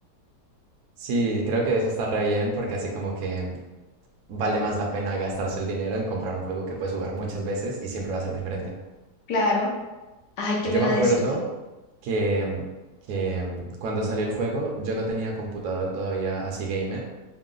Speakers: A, on the right; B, on the left.
A: Sí, creo que eso está re bien porque así como que vale más la pena gastarse el dinero en comprar un juego que puedes jugar muchas veces y siempre va a ser diferente.
B: Claro. Ay, ¿qué
A: Yo
B: me vas
A: me acuerdo
B: a decir tú?
A: que, que cuando salió el juego yo no tenía computador todavía así gamer.